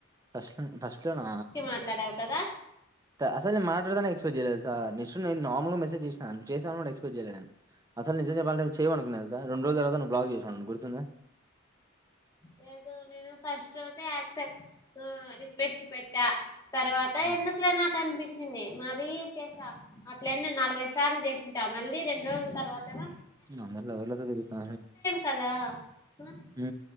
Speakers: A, on the right; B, on the left.
A: ఫస్ట్ ఫస్ట్ల
B: మాట్లాడావు కదా
A: అ అసల్ నే మా ఇప్పటిదాకా ఎక్సపేక్ట్ చేయాలె తెలుసా జస్ట్ నేన్ నార్మల్ గా మెసేజ్ జేసినా చేసిన గుడా ఎక్సపెక్ట్ చేయాలే నేను అసలు నిజం చెప్పాలంటే చేయవు అనుకున్నా తెలుసా రెండ్ రోజులు త బ్లాగ్ చేసినవ్ నన్ను గుర్తుందా
B: లేదు నేను ఫస్ట్ రోజే ఆక్సెప్ట్ రిక్వెస్ట్ పెట్టా తర్వాత
A: ఉమ్,
B: ఎందుకులే నాక్ అనిపించింది మరీ చేసా అట్ ఇట్లైతే నాలుగైదు సార్లు జేసింటా మళ్ళీ రెండు రోజుల తరువాతా
A: అందర్ల ఎల తిరుగుతా.
B: కదా ఆ,
A: ఊ